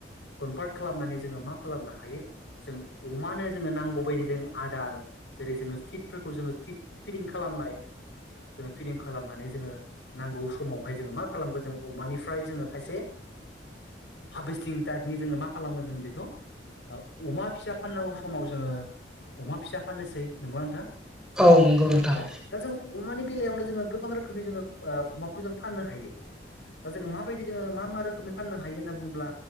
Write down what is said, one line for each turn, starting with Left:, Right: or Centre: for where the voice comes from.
Left: कनभार्ट खालामनानै जोंङो मा खालामनो हायो। जों अमानो जोंङो नांगौ बायदि जों आदार जेरै जोंङो फिटफोरखौ जोङो फि फिदिं खालामनाय जोंङो फिदिं खालामनानै जोंङो नांगौ समावहाय जोंङो मा खालामगोन जोंङो अमानिफ्राय जोंङो खायसे हारभेस्टिं टाइपनि जोंङो मा खालामगोन जोंङो बेखौ अमा फिसा फाननांगौ समाव जोंङो अमा फिसा फाननोसै नंगौ नोंथां।
Centre: औ नंगौ नोंथां।
Left: औ दा जों अमानि बेलायावनो जोंङो गोबां रोखोमनि जोंङो अमाखौ जों फाननो हायो। दाङो माबायदि जो मा माोखोमै फाननोायो होननानै बुंङो अब्ला